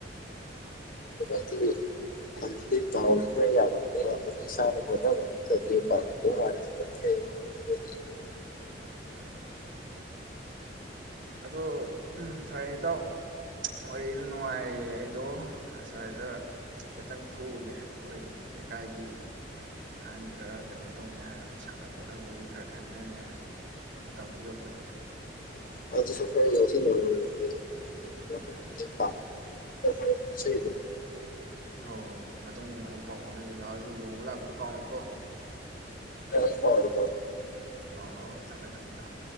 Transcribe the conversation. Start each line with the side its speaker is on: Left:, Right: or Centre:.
Left: <unintelligible> <unintelligible>
Right: <unintelligible> ꯑꯗꯣ ꯐꯔꯦ ꯏꯇꯥꯎ ꯋꯥꯔꯤꯁꯨ ꯅꯨꯡꯉꯥꯏꯔꯤ ꯑꯩꯗꯣ ꯑꯁ꯭ꯋꯥꯏꯗ ꯍꯥꯏꯐꯦꯠꯇꯪ ꯊꯣꯛꯎꯒꯦ ꯑꯩꯈꯣꯏ ꯂꯩꯀꯥꯏꯒꯤ ꯑꯍꯟ ꯈꯔ ꯀꯩꯅꯣ ꯇꯧꯅꯤ ꯍꯥꯏꯕꯅꯤ ꯁꯥꯟꯅ ꯈꯣꯠꯅꯕꯒꯤ ꯈꯔ ꯈꯟꯅꯅꯤ ꯍꯥꯏꯕꯅꯤ ꯃꯇꯝꯁꯨ ꯌꯧꯁꯤꯜꯂꯛꯑꯦ
Left: <unintelligible> <unintelligible> <unintelligible>
Right: ꯎꯝ
Left: <unintelligible>
Right: ꯎꯝ ꯑꯣ ꯃꯇꯨꯡ ꯑꯃꯨꯛ ꯄꯥꯎ ꯐꯥꯎꯅꯁꯤ ꯑꯗꯨ ꯂꯨꯍꯣꯡꯕ ꯂꯥꯛꯄꯗꯨ ꯀꯥꯎꯅꯤꯀꯣ
Left: ꯈꯔ ꯐꯥꯎꯔꯦ
Right: ꯍꯣ ꯍꯣ ꯍꯣꯏ ꯊꯝꯃꯦ ꯊꯝꯃꯦ ꯊꯝꯃꯦ